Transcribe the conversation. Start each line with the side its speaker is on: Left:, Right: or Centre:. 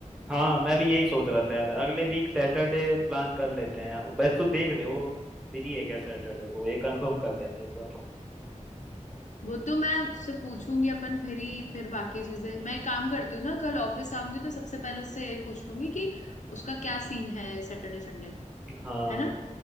Centre: हाँ मैं भी यही सोच रहा था यार अगले वीक सैटरडे प्लान कर लेते हैं बस तू देख ले वो फ्री है क्या सैटरडे को ये कंफर्म कर लेना एक बार
Left: वो तो मैं उससे पूछूंगी अपन फिर ही फिर बाकी चीजें मैं एक काम करती हूँ ना कल ऑफिस आऊंगी तो सबसे पहले उससे यही पूछ लूंगी कि उसका क्या सीन है सैटरडे संडे का
Centre: हाँ
Left: है ना